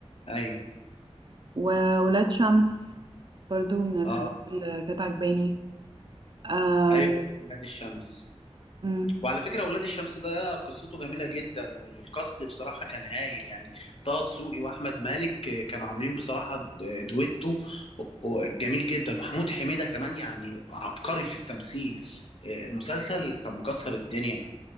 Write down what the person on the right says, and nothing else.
وولاد شمس برضو من الحاجات
اللي كانت عجباني آم،
أمم.